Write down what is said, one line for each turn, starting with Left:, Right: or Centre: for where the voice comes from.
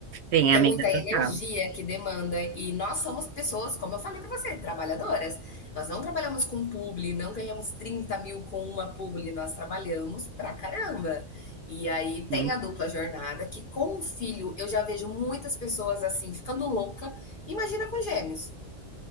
Right: sim,
Left: é
Right: amiga,
Left: muita energia
Right: total.
Left: que demanda e nós somos pessoas, como eu falei para você, trabalhadoras. Nós não trabalhamos com publi, não ganhamos trinta mil com uma publi, nós trabalhamos pra caramba. E aí tem
Right: Hum,
Left: a dupla jornada, que com o filho eu já vejo muitas pessoas assim, ficando louca. Imagina com gêmeos,